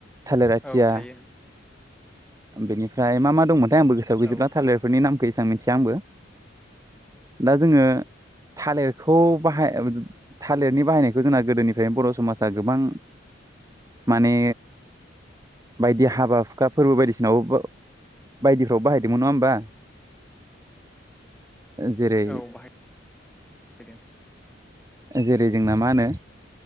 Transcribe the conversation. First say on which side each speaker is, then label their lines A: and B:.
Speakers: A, on the right; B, in the centre.
A: थालिर आथिया।
B: औ थायो
A: बेनिफ्राय मा मा दंमोन? आंबो गोसोआव गैजोबब्ला
B: औ
A: थालिरफोरनि नामखो मिथिया आंबो दा जोङो थालिरखौ बाहाय, थालिरनि बाहायनायखौ जोंना गोदोनिफ्रायनो बर' समाजा गोबां माने बायदि हाबा हुखा फोरबो बायदिसिनावबो बायदिफ्राव बाहायदोंमोन नङा होमबा, जेरै
B: औ बाहाय दों
A: जेरै जोंना मा होनो